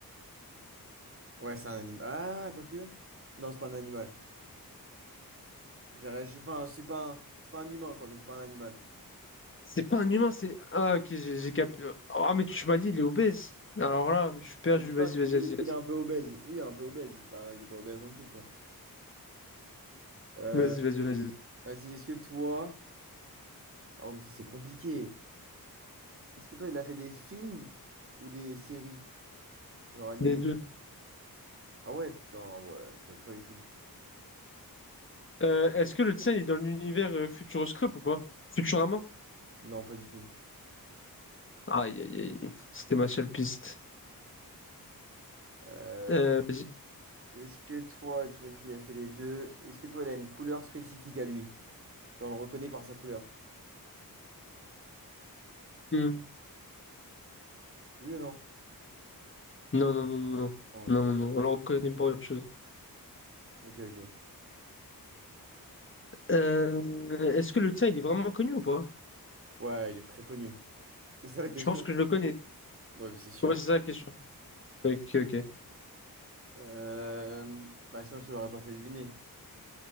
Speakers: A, on the right; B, on the left.
A: Ouais, c'est un animal. Ah, quoique. Non, c'est pas un animal. J'aurais- j'ai- Enfin, c'est pas un... c'est pas un humain, quoi, mais c'est pas un animal.
B: C'est pas un humain, c'est. Ah, ok, j'ai j'ai cap... Ah, mais tu m'as dit, il est obèse. Alors là, je suis perdu.
A: Vas-y,
B: Vas-y,
A: non, tu
B: vas-y,
A: m'as dit,
B: vas-y,
A: est-ce
B: vas-y.
A: qu'il est un peu obèse? Oui, un peu obèse. Il est pas, il est pas obèse non plus, tu vois. Euh,
B: Vas-y, vas-y, vas-y.
A: vas-y, est-ce que toi. Ah, ouais, mais ça, c'est compliqué. Est-ce que toi, il a fait des films ou des séries? Genre animées?
B: Les deux.
A: Ah ouais, putain, ouais, tu m'aides pas du tout.
B: Euh, est-ce que le tien il est dans l'univers euh, Futuroscope ou pas? Futurama?
A: Non, pas du tout.
B: Aïe, aïe, aïe. C'était ma seule piste.
A: Euh,
B: Euh, vas-y.
A: est-ce que toi, tu m'as dit qu'il a fait les deux. Est-ce que toi, il a une couleur spécifique à lui? Genre, on le reconnaît par sa couleur.
B: Hmm.
A: Oui ou non?
B: Non, non, non, non, non.
A: Non,
B: Non,
A: ok.
B: non, non. Alors, on connaît pas autre chose.
A: Ok, ok.
B: Euh, est-ce que le tien, il est vraiment connu ou pas?
A: Ouais, il est très connu. C'est ça la question?
B: Je pense que je le connais.
A: Ouais, mais c'est sûr.
B: Ouais, c'est ça la question. Ok, ok.
A: Euh, Bah, sinon, je te l'aurais pas fait deviner.